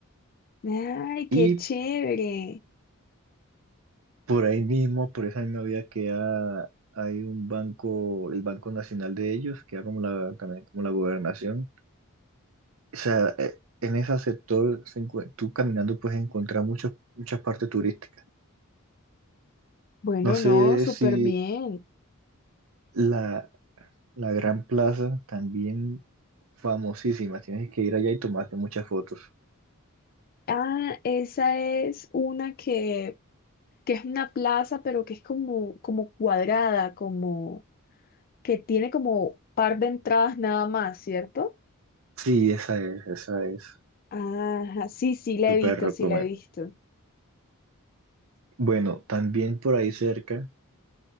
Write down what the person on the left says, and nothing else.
Ay,
qué chévere.
Bueno,
no,
súper
bien.
Ah, esa es una que, que es una plaza, pero que es como, como cuadrada, como que tiene como par de entradas nada más, ¿cierto?
Ajá, sí, sí, la
he visto,
sí, la he visto.